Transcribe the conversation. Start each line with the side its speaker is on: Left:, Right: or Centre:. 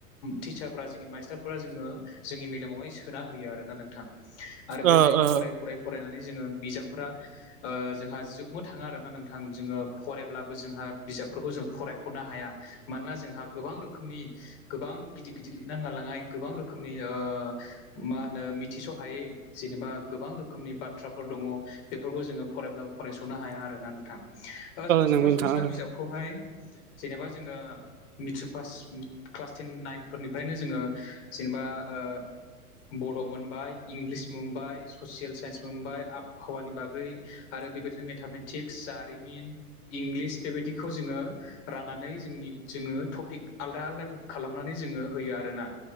Left: टिचारफ्रा जोंनि मास्टारफ्रा जोङो जोंनि मेलेमावहाय सोना होयो आरोना नोंथां। आरो बेबायदिनो
Right: ओ ओ
Left: फराय फराय फरायनानै जोङो बिजाबफोरा ओ जोंहा जोब बो थाङा आरोना नोंथां जोङो फरायब्लाबो जोंहा बिजाबफोरखौ जों फरायखनो हाया मानोना जोंहा गोबां रोखोमनि गोबां गिदिर गिदिर लिरनां नांलाय ओ गोबां रोखोमनि ओ मा होनो मिथिसहायै जेनेबा गोबां रोखोमनि बाथ्राफ दङ बेफोरखौ जोङो फरायब्लाबो फरायसनो हाया आरोना नोंथां ओ जोङो
Right: नंगौ
Left: सरासनस्रा
Right: नोंथां ओ
Left: बिजाबख खौहाय जेनेबा जोङो मेट्रिक पास क्लास टेन नाइनफोरनिफ्रायनो जोङो जेनेबा ओ बड मोनबाय इंलिस मोनबाय ससियेल साइन्स मोनबाय आबहावानि बागै आरो बेबायदिनो मेथामेटिक्स जारिमिन। इंलिस बेबायदिखौ जोङो राननानै जोंनि जोङो टपिक आलदा आलद खालामनानै जोङो होयो आरोना